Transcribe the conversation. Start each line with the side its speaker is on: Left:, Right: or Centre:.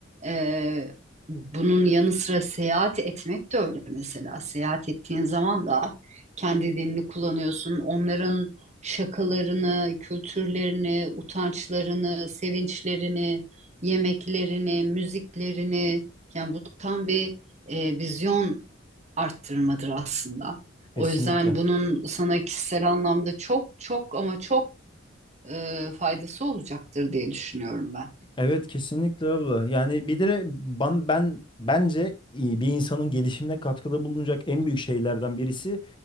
Right: Ee, bunun yanı sıra seyahat etmek de öyle mesela. Seyahat ettiğin zaman da kendi dilini kullanıyorsun. Onların şakalarını, kültürlerini, utançlarını, sevinçlerini, yemeklerini, müziklerini yani bu tam bir e, vizyon arttırmadır aslında.
Left: Kesinlikle.
Right: O yüzden bunun sana kişisel anlamda çok çok ama çok e, faydası olacaktır diye düşünüyorum ben.
Left: Evet kesinlikle abla. Yani bir de ben, ben bence iyi bir insanın gelişimine katkıda bulunacak en büyük şeylerden birisi